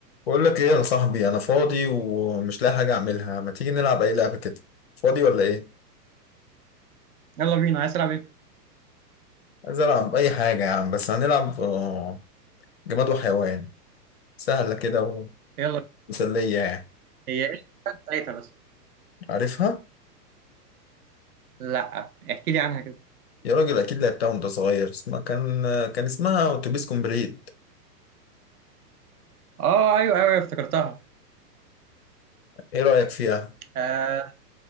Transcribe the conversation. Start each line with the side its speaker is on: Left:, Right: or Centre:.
Left: بقول لك ايه يا صاحبي انا فاضي ومش لاقي حاجه اعملها ما تيجي نلعب اي لعبه كده فاضي ولا ايه
Right: يلا بينا عايز تلعب ايه؟
Left: عايز العب اي حاجه يا عم بس هنلعب آه، جماد وحيوان سهله كده
Right: يلا بينا.
Left: ومسليه يعني
Right: هي ايه ساعتها بس
Left: عارفها
Right: لا احكي لي عنها كده
Left: يا راجل اكيد لعبتها وانت صغير اسمها كان كان اسمها اتوبيس كومبليت
Right: اه ايوه ايوه أيوة، افتكرتها
Left: ايه رايك فيها
Right: آه.